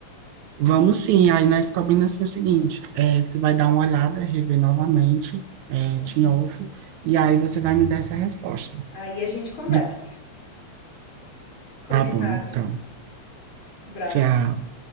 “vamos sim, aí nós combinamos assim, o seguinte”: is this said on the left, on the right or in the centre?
Right